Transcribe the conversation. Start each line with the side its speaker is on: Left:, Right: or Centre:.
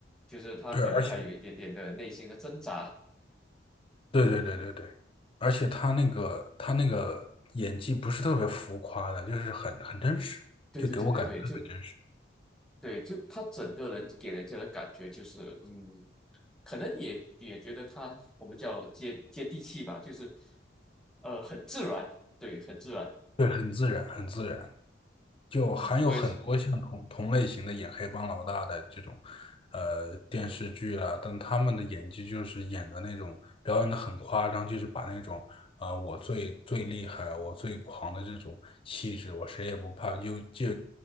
Centre: 就是他可能还有一点点的内心的挣扎。
Left: 对，而且对对对对对，而且他那个他那个演技不是特别浮夸的，就是很很真实，
Centre: 对对对对对，
Left: 就给我感觉特别真实。
Centre: 就对，就他整个人给人家的感觉就是，嗯，可能你也你也觉得他我们叫接接地气吧，就是，呃，很自然，对，很自然。
Left: 对，很自然，很自然，就还有很多像同同类型的演黑帮老大的这种
Centre: 嗯，我也是，
Left: 呃电视剧啊，但他们的演技就是演的那种表演的很夸张，就是把那种啊、呃我最最厉害，我最狂的这种气质，我谁也不怕，就就